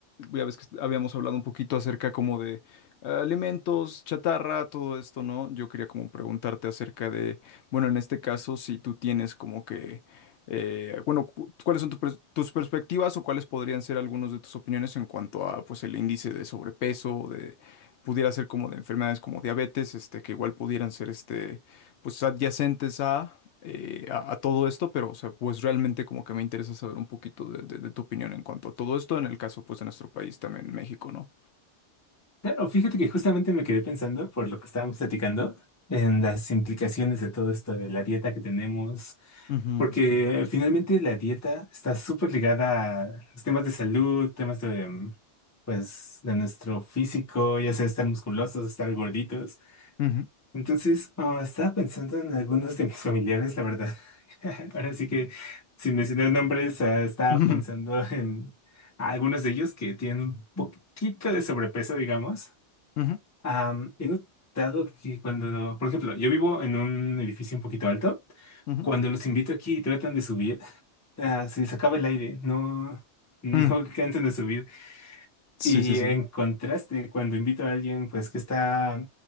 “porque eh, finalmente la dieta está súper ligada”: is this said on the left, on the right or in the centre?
Left